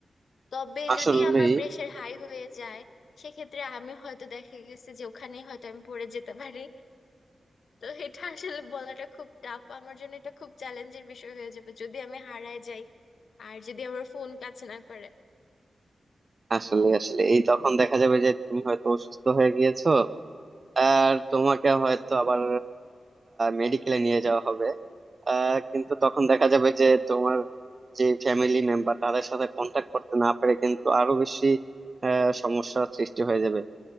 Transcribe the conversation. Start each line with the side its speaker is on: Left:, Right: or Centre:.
Left: তবে
Right: আসলে
Left: যদি আমার প্রেশার হাই হয়ে যায় সেক্ষেত্রে আমি হয়তো দেখা গেছে যে ওখানেই হয়তো আমি পড়ে যেতে পারি তো এটা আসলে বলাটা খুব টাফ আমার জন্য এটা খুব চ্যালেঞ্জের বিষয় হয়ে যাবে যদি আমি হারায় যাই আর যদি আমার ফোন কাজ না করে
Right: আসলে আসলে এই তখন দেখা যাবে যে তুমি হয়তো অসুস্থ হয়ে গিয়েছো আর তোমাকে হয়তো আবার মেডিকেলে নিয়ে যাওয়া হবে আহ, কিন্তু তখন দেখা যাবে যে তোমার যে ফ্যামিলি মেম্বার তাদের সাথে কন্ট্যাক্ট করতে না পেরে কিন্তু আরো বেশি আহ, সমস্যার সৃষ্টি হয়ে যাবে